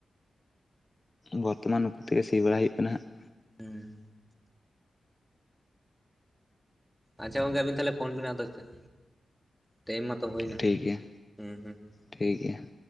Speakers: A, on the left; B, in the centre.
A: ᱵᱚᱨᱛᱚᱢᱟᱱ ᱱᱩᱠᱩ ᱛᱮᱜᱮ ᱥᱤ ᱵᱟᱲᱟᱭ ᱦᱩᱭᱩᱜ ᱠᱟᱱᱟ ᱦᱟᱸᱜ ᱾
B: ᱦᱮᱸ ᱾ ᱟᱪᱪᱷᱟ ᱜᱚᱝᱠᱮ ᱟᱵᱤᱱ ᱛᱟᱦᱚᱞᱮ ᱯᱷᱳᱱ ᱯᱮ ᱵᱮᱱᱟ ᱟᱫᱚ ᱪᱮᱫ ᱴᱟᱭᱤᱢ ᱢᱟᱛᱚ ᱦᱩᱭᱱᱟ
A: ᱴᱷᱤᱠ ᱜᱮᱭᱟ
B: ᱦᱩᱸ ᱦᱩᱸ ᱾
A: ᱴᱷᱤᱠ ᱜᱮᱭᱟ ᱾